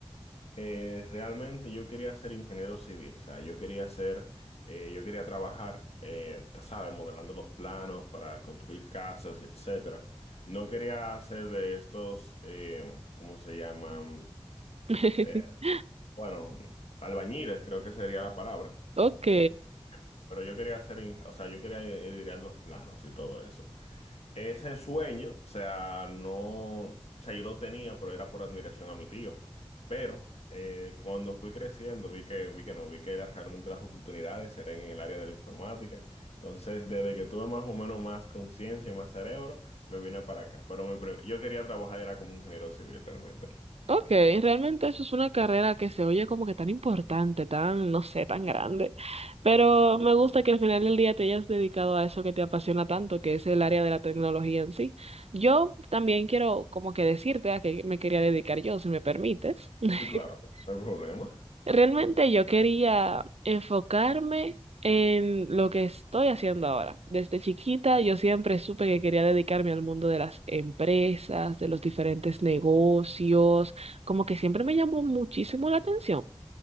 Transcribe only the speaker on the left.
Eh, realmente yo quería ser ingeniero civil, o sea, yo quería ser, eh, yo quería trabajar, eh, tú sabes, modelando los planos para construir casas y etcétera. No quería hacer de estos, eh, ¿cómo se llaman?
Eh, Bueno, albañiles creo que sería la palabra.
Eh, pero yo quería hacer, in- o sea, yo quería editar los planos y todo eso. Ese sueño, o sea, no, o sea, yo lo tenía, pero era por admiración a mi tío. Pero eh, cuando fui creciendo, vi que, vi que no, vi que era realmente las oportunidades eran en el área de la informática. Entonces, desde que tuve más o menos más conciencia y más cerebro, me vine para acá. Pero mi pre, yo quería trabajar, era como ingeniero civil realmente.
Sí, claro, no hay problema.